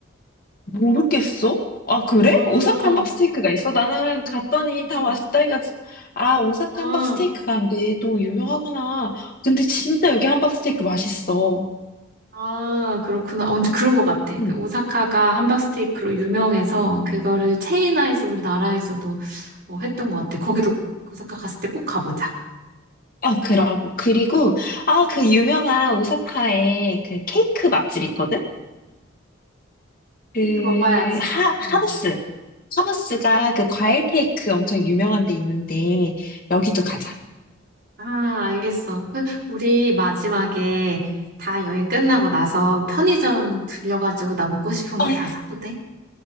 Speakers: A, on the left; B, on the right.
A: 모르겠어? 아, 그래?
B: 아,
A: 오사카 함박 스테이크가 있어? 나는 갔더니
B: 어,
A: 다 맛있다 해가지고, 아, 오사카
B: 아,
A: 함박 스테이크가 이게 또 유명하구나. 근데 진짜 여기 함박 스테이크 맛있어.
B: 아, 그렇구나. 어, 근데 그런 것 같아.
A: 음.
B: 그 오사카가 함박 스테이크로 유명해서 그거를 체인화해서 우리나라에서도 뭐 했던 것 같아. 거기도 오사카 갔을 때 꼭 가보자.
A: 아, 그러고, 그리고, 아, 그 유명한 오사카에 그 케이크 맛집 있거든? 그,
B: 스테이크 먹어야지.
A: 하,
B: 응.
A: 하부스. 하부스가 그 과일 케이크 엄청 유명한 데 있는데, 여기도 가자.
B: 아, 알겠어. 그, 우리 마지막에 다 여행 끝나고 나서 편의점 들려가지고 나 먹고 싶은
A: 아니,
B: 거 다 사도 돼?